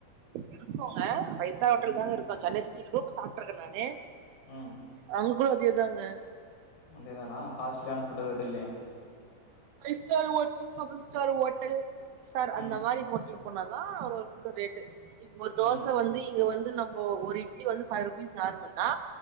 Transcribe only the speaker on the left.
ம்
ம்
அங்கே தானா காஸ்ட்லியான ஃபுட் எது இது இல்லே
ம்
ம்